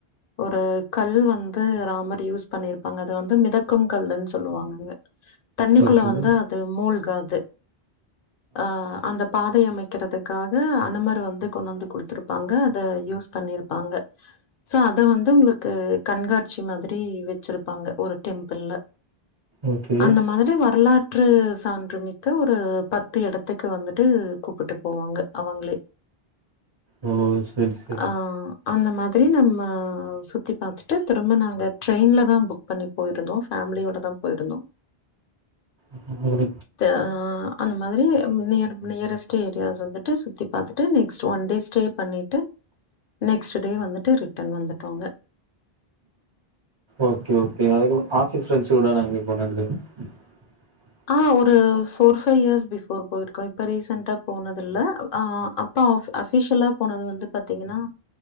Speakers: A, on the left; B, on the right.
A: ஒரு கல் வந்து ராமர் டி யூஸ் பண்ணிருப்பாங்க அது வந்து மிதக்கும் கல்லுன் சொல்லுவாங்க அங்க தண்ணிக்குள்ள
B: ஓகே
A: வந்து அது மூழ்காது ஆ அந்த பா தை அமைக்கிறதுக்காக அனுமர் வந்து கொண்டு வந்து குடுத்துருப்பாங்க அத யூஸ் பண்ணிருப்பாங்க சோ அத வந்து உங்களுக்கு கண்காட்சி மாதிரி ரி வெச்சிருப்பாங்க ஒரு டெம்பிள்ள
B: ஓகே
A: அந்த மாதிரி வரலா ற்று சான்றுமிக்க ஒரு பத்து எடத்துக்கு வந்துட்டு கூப்புட்டு போவாங்க அவங்களே
B: ஓ செரி செரி
A: ஆ அந்த மாதிரி நம்ம சுத்தி பாத்துட்டு திரும்ப நாங்க ட்ரெயின்ல தான் புக் பண்ணி போயிருந்தோ ஃபேமிலியோட தான் போயிருந்தோம்
B: ம்
A: த ஆ அந்த மாதிரி நியர் நியரஸ்ட்டு ஏரியாஸ் வந்துட்டு சுத்தி பாத்துட்டு நெக்ஸ்ட் ஒன் டே ஸ்டே பண்ணிட்டு நெக்ஸ்ட் டே வந்துட்டு ரிட்டன் வந்துடோங்க
B: ஓகே ஓகே அதுகப் ஆபிஸ் ஃபரண்ஸ்ளோடலா எங்கயு போனதில்லயா உ
A: ஆ ஒரு ஃபோர் ஃபைவ் இயர்ஸ் பிஃபோர் போயிருக்கோ இப்போ ரீசெண்டா போனதில்ல அ அப்பா அஃபிஷியலா போனது வந்து பாத்தீங்கன்னா